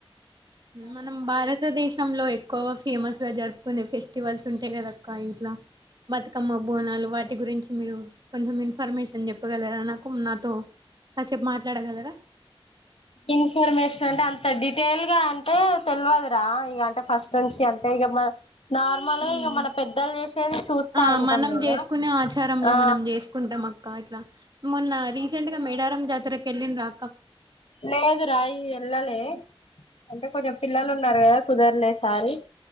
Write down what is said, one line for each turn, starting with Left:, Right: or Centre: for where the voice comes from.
Right: మనం భారతదేశంలో ఎక్కువ ఫేమస్ ల జరుపుకునే ఫెస్టివల్స్ ఉంటయి కాదక్కా ఇంట్లా బతుకమ్మ, బోనాలు వాటి గురించి మీరు కొంచెం ఇన్ఫర్మేషన్ చెప్పగలరా నాకు నాతో కాసేపు మాట్లాడగలరా
Left: ఇన్ఫర్మేషన్ అంటే అంత డీటెయిల్ గా అంటే తెలియదురా ఇక అంటే ఫస్ట్ నుంచి అంతే మ్మా నార్మల్గా
Right: ఉమ్
Left: ఇక మన పెద్దలు చేసేది చూస్తా
Right: ఆ
Left: ఉంటాం
Right: మనం
Left: కదా
Right: చేసుకునే ఆచారంలో
Left: ఆ
Right: మనం చేసుకుంటాం అక్క ఇట్లా మొన్న రీసెంట్ గా మేడారం జాతరకు వెళ్ళిన రా
Left: లేదు రాయి ఎల్లాలే అంటే కొంచెం పిల్లలు ఉన్నారు కదా కుదరలేసారి